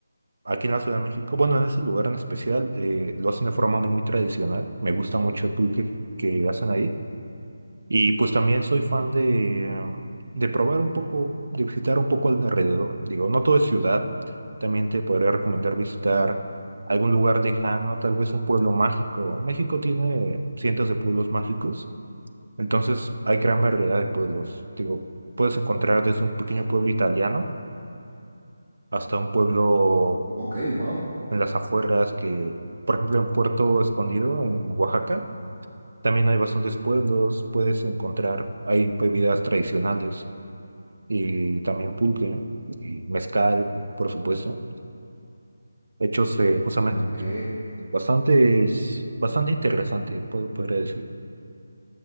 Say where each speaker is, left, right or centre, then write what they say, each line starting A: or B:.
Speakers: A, on the right (about 60°); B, on the right (about 25°).
A: aquí en la Ciudad de México, bueno, en ese lugar en especial, eh, lo hacen de forma muy tradicional. Me gusta mucho el pulque que hacen ahí. Y pues también soy fan de, eh, de probar un poco, de visitar un poco alrededor. Digo, no todo es ciudad. También te podría recomendar visitar algún lugar lejano, tal vez un pueblo mágico. México tiene cientos de pueblos mágicos. Entonces, hay gran variedad de pueblos. Digo, puedes encontrar desde un pequeño pueblo italiano hasta un pueblo
B: Ok, wow.
A: en las afueras que, por ejemplo, en Puerto Escondido, en Oaxaca, también hay bastantes pueblos. Puedes encontrar, hay bebidas tradicionales y también pulque y mezcal, por supuesto. Hechos eh, justamente
B: Ok.
A: bastante, bastante interesante, pod- podría decir.